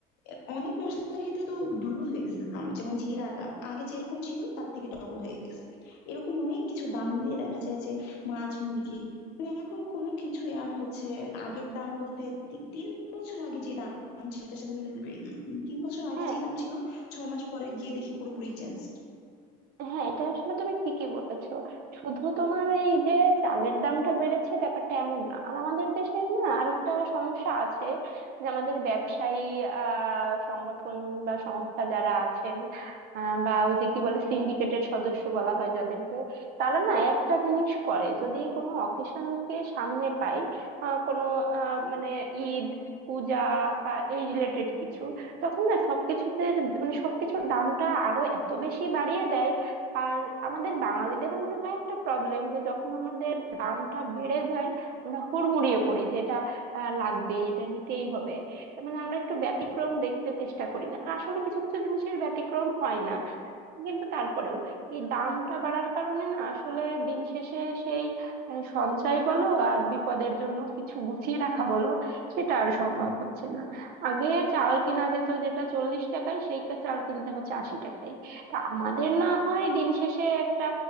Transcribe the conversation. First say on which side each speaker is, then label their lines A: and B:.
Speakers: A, on the left (about 70°); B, on the right (about 60°).
A: এ, অনেক মশলার ক্ষেত্রে তো ডবল হয়ে গেছে দাম যেমন জিরাটা আগে যেরকম ছিল তার থেকে ডবল হয়ে গেছে এরকম অনেক কিছু দাম মিলিয়ে দেখা যায় যে মাছ মুরগি মানে এখন কোনো কিছুই আর হচ্ছে আগের দাম বলতে তি- তিন বছর আগে যে দাম ছিল ওইটার সাথে মিলাতে পারি না মানে তিন বছর আগে
B: হ্যাঁ
A: যে দাম ছিল ছয় মাস পরে গিয়ে দেখি পুরোপুরি চেঞ্জ
B: হ্যাঁ এটা আসলে তুমি ঠিকই বলেছো শুধু তোমার এই যে চালের দামটা বেড়েছে ব্যাপারটা এমন না আর আমাদের দেশের না আরেকটা সমস্যা আছে যে আমাদের ব্যবসায়ী আহ সংগঠন বা সংস্থা যারা আছেন আহ, বা ওই যে কি বলে সিন্ডিকেটের সদস্য বলা হয় যাদেরকে তারা না একটা জিনিস করে যদি কোনো অকেশনকে সামনে পায় আহ, কোনো আহ, মানে ঈদ পূজা বা এই রিলেটেড কিছু তখন না সবকিছুতে মানে সবকিছুর দামটা আরো এত বেশি বাড়িয়ে দেয় আর আমাদের বাঙালিদেরও মনে হয় একটা প্রবলেম যে যখন আমাদের দামটা বেড়ে যায় আমরা হুড়মুড়িয়ে পড়ি যে এটা আহ, লাগবে এটা নিতেই হবে মানে আমরা একটু ব্যতিক্রম দেখতে চেষ্টা করি না আর আসলে কিছু কিছু জিনিসের ব্যতিক্রম হয় না কিন্তু তারপরেও এই দামটা বাড়ার কারণে না আসলে দিন শেষে সেই আহ, সঞ্চয় বলো আর বিপদের জন্য কিছু গুছিয়ে রাখা বলো সেটা আর সম্ভব হচ্ছে না আগে চাল কিনা যেত যেটা চল্লিশ টাকায় সেই কা- চাল কিনতে হচ্ছে আশি টাকায় তা আমাদের না হয় দিন শেষে একটা